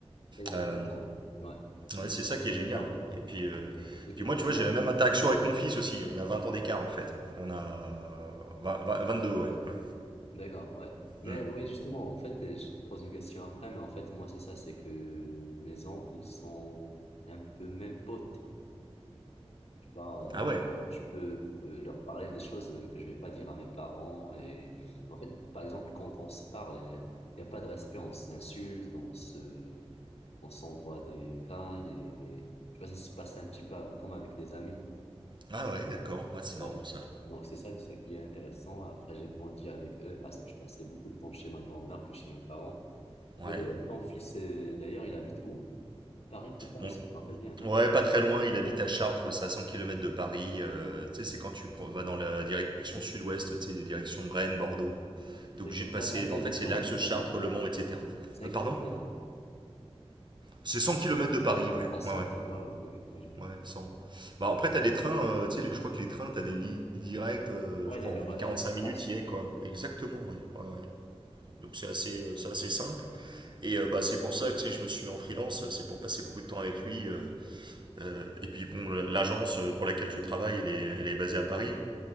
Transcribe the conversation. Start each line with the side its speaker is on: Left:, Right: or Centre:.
Left: C'est exactement
Right: Euh,
Left: ça. Ouais. Mais
Right: ouais,
Left: moi,
Right: c'est ça qui
Left: tu
Right: est génial.
Left: vois,
Right: hein. Et puis, euh,
Left: c'est
Right: puis
Left: que pour
Right: moi, tu vois,
Left: moi,
Right: j'ai la
Left: tu
Right: même
Left: vois,
Right: interaction avec mon fils aussi. On a 20 ans d'écart en fait. On a vingt- vingt- deux ouais. ouais.
Left: D'accord, ouais. Mais
Right: Mm.
Left: euh, ouais, justement, en fait, euh, je te pose une question après, mais en fait, moi, c'est ça, c'est que mes oncles sont un peu même potes. Tu vois, euh,
Right: Ah ouais.
Left: par exemple, je peux euh, leur parler des choses euh, que je vais pas dire à mes parents. Et en fait, par exemple, quand on se parle, euh, il n'y a pas de respect, on s'insulte, on se, on s'envoie des vannes et tu vois, ça se passe un petit peu av- comme avec des amis.
Right: Ah ouais, d'accord. Ouais, c'est marrant
Left: Ouais.
Right: ça.
Left: Donc, c'est ça, c'est ça qui est intéressant. Après, j'ai grandi avec eux parce que je passais beaucoup de temps chez ma grand-mère que chez mes parents.
Right: Ouais.
Left: Mais d'ailleurs, ton fils, euh, d'ailleurs, il habite où? Paris, c'est ça,
Right: Bon,
Left: si je me rappelle bien, non?
Right: ouais, pas très loin. Il habite à Chartres, c'est à 100 km de Paris. Euh, tu sais, c'est quand tu pro- vas dans la direction sud-ouest, tu sais, direction Rennes, Bordeaux. T'es
Left: D'accord.
Right: obligé de passer.
Left: Ça combien
Right: En fait,
Left: de kilomètres,
Right: c'est l'axe Chartres,
Left: t'as dit?
Right: Le Mans, etc.
Left: cinq
Right: Euh, pardon?
Left: kilomètres.
Right: C'est 100 kilomètres de Paris, ouais.
Left: À cent
Right: Ouais, ouais.
Left: Ouais, ouais, ok, ok. Moi, j'ai bien.
Right: Ouais, 100. Bah, après, t'as des trains, euh, tu sais, les- je crois que les trains, t'as des lignes directes, euh,
Left: Ouais,
Right: je crois,
Left: les
Right: en
Left: RER,
Right: 45
Left: je
Right: minutes,
Left: pense.
Right: y est, quoi. Exactement, ouais. Ouais, ouais. Donc, c'est assez, euh, c'est assez simple.
Left: Mm.
Right: Et euh, bah, c'est pour ça que, tu sais, je me suis mis en freelance, euh, c'est pour passer beaucoup de temps avec lui. euh, euh, et puis, bon, l'agence euh, pour laquelle je travaille, elle est, elle est basée à Paris.